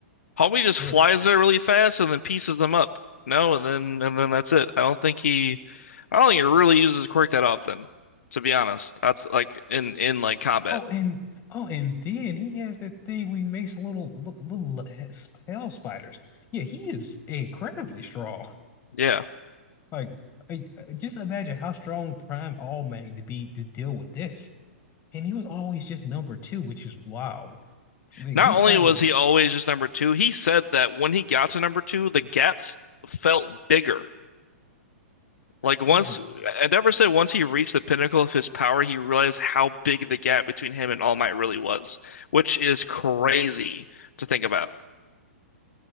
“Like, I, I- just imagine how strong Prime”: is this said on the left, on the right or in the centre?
Left